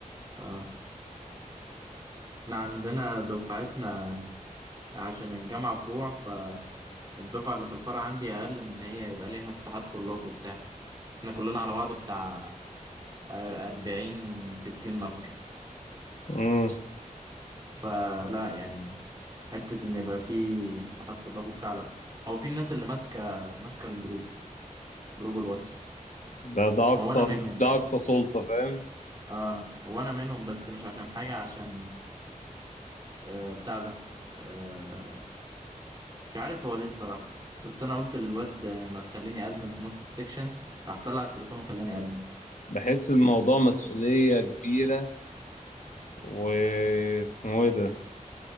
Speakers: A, on the right; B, on the left.
A: اه احنا عندنا دفعتنا عشان الجامعة فروع فالدفعة اللي في الفرع عندي اقل من ان هي يبقى ليها اتحاد طلاب وبتاع احنا كلنا على بعض بتاع أربعين ستين نفر
B: مم.
A: فلا يعني حتة ان يبقى في اتحاد طلاب وبتاع لا هو في الناس اللي ماسكة ماسكة الجروب جروب الواتس
B: ده ده اقصى
A: هو انا منهم
B: ده اقصى سلطة فاهم
A: اه وانا منهم بس مش عشان حاجه عشان آه بتاع ده آه مش عارف هو ليه الصراحه بس انا قلت للواد آه، ما تخليني ادمن في نص السكشن راح طلع التليفون وخلاني ادمن
B: بحس الموضوع مسؤولية كبيرة واسمه ايه ده